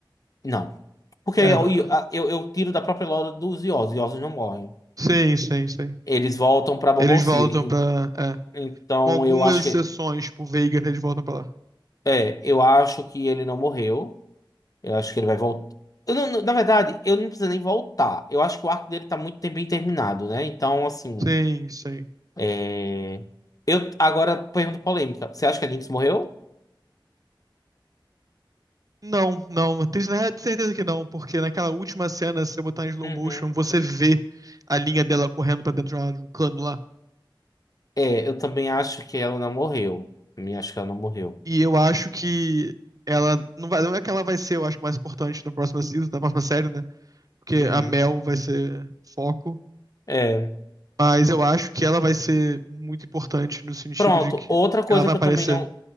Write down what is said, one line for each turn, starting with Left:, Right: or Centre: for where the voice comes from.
Left: não, porque
Right: É.
Left: eu, eu, eu tiro da própria lore dos Ioses, os Ioses não morrem.
Right: Sim, sim, sim.
Left: Eles voltam para Bumble
Right: Eles voltam
Left: City. En-
Right: pra. É.
Left: Então
Right: Com algumas
Left: eu acho
Right: exceções,
Left: que
Right: tipo, Veiga, eles voltam pra lá.
Left: é, eu acho que ele não morreu. Eu acho que ele vai voltar. Eu não- não- na verdade, eu não preciso nem voltar. Eu acho que o arco dele tá muito bem terminado, né? Então, assim.
Right: Sim, sim.
Left: é, Eu agora pergunta polêmica. Você acha que a Lynx morreu?
Right: Não, não, tenho certeza que não, porque naquela última cena, se você botar em slow
Left: Uhum.
Right: motion, você vê a linha dela correndo pra dentro de uma- de um cano lá.
Left: É, eu também acho que ela não morreu. Também acho que ela não morreu.
Right: E eu acho que ela não vai, não é que ela vai ser, eu acho, mais importante na próxima season, na próxima série, né? Porque
Left: Uhum.
Right: a Mel vai ser o foco,
Left: É.
Right: mas eu acho que ela vai ser muito importante no sentido
Left: Pronto.
Right: de que
Left: Outra coisa
Right: ela vai
Left: que
Right: aparecer.
Left: eu também não,